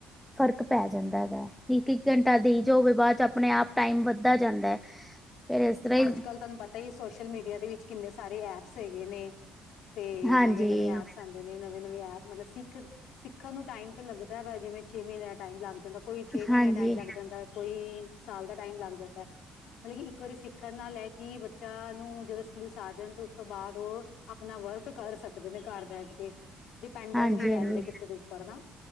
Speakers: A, in the centre; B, on the left.
A: ਫ਼ਰਕ ਪੈ ਜਾਂਦਾ ਹੈਗਾ। ਇੱਕ-ਇੱਕ ਘੰਟਾ ਦਈ ਜਾਓਗੇ ਬਾਅਦ ਚ ਆਪਣੇ ਆਪ ਟਾਈਮ ਵੱਧਦਾ ਜਾਂਦਾ ਹੈ। ਫੇਰ ਇਸ ਤਰ੍ਹਾਂ ਹੀ
B: ਅੱਜ-ਕੱਲ ਤੈਨੂੰ ਪਤਾ ਹੀ ਹੈ ਸੋਸ਼ਲ ਮੀਡੀਆ ਦੇ ਵਿੱਚ ਕਿੰਨੇ ਸਾਰੇ ਐਪਸ ਹੈਗੇ ਨੇ। ਤੇ
A: ਹਾਂਜੀ,
B: ਨਵੇਂ-ਨਵੇਂ ਐਪਸ
A: ਹਾਂਜੀ,
B: ਆਂਦੇ ਨੇ ਨਵੇਂ-ਨਵੇਂ ਐਪ ਮਤਲਬ ਸਿੱਖ ਸਿੱਖਣ ਨੂੰ ਟਾਈਮ ਤੇ ਲੱਗਦਾ ਵਾ ਜਿਵੇਂ ਛੇ ਮਹੀਨੇ ਦਾ ਟਾਈਮ ਲੱਗ ਜਾਂਦਾ, ਕੋਈ ਛੇ ਮਹੀਨੇ
A: ਹਾਂਜੀ।
B: ਟਾਈਮ ਲੱਗ ਜਾਂਦਾ ਕੋਈ ਸਾਲ ਦਾ ਟਾਈਮ ਲੱਗ ਜਾਂਦਾ। ਮਤਲਬ ਕਿ ਇੱਕ ਵਾਰੀ ਸਿੱਖਣ ਨਾਲ ਏ ਕਿ ਬੱਚਾ ਨੂੰ ਜਦੋਂ ਸਕਿਲਸ ਆ ਜਾਣ ਤੇ ਉਸ ਤੋਂ ਬਾਅਦ ਉਹ ਆਪਣਾ ਵਰਕ ਕਰ ਸਕਦੇ ਨੇ ਘਰ ਬੈਠ ਕੇ, ਡਿਪੈਂਡੈਂਟ
A: ਹਾਂਜੀ-ਹਾਂਜੀ,
B: ਨਹੀਂ ਰਹਿੰਦੇ ਕਿਸੇ ਦੇ ਉੱਪਰ ਨਾ।